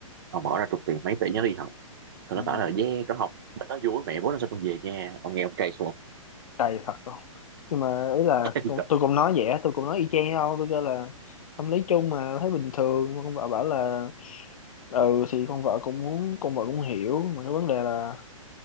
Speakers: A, on the right (about 40°); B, on the left (about 90°).
A: ông bỏ ra chục tiền mấy tỷ nhớ đi học xong
B: ừ,
A: nó bảo là yeah nó học nó vui mẹ bố nó sao con về nha ông nghe ông cay xuống không?
B: đầy thật không nhưng mà ý là
A: <laughs>
B: tôi, tôi cũng nói vậy á, tôi cũng nói y chang đâu tôi kêu là tâm lý chung mà thấy bình thường con vợ bảo là ừ thì con vợ cũng muốn con vợ cũng hiểu mà cái vấn đề là